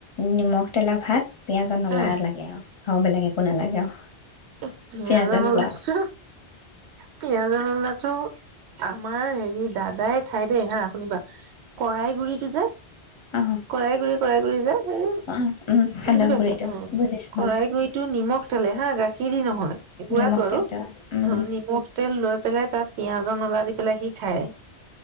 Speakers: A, on the left; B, on the right.
A: নিমখ তেলৰ ভাত পিয়াজৰ নলা
B: উম
A: লাগে আৰু আৰু বেলেগ একো নালাগে আৰু
B: এ জান
A: পিঁয়াজৰ নলা
B: লছো পিঁয়াজৰ নলাটো আমাৰ হেৰি দাদাই খাই দেই হা শুনিবা কৰাই গুৰিটো যে
A: অঁ
B: কৰাই গুৰি কই কৰি যা এই
A: অঁ সান্দহ
B: বুজি পাইছা
A: গুড়িটো
B: শৰাই
A: বুজিছোঁ অঁ
B: কৰিতো নিমখ তলে হা গাখ খিৰি নহয় গুৰাটো
A: নিমখ
B: আৰু
A: তেলটো উম
B: অ নিমখ তেল লৈ পেলাই তাত পিয়য়াজৰ নলা দি পেলাই সি খায়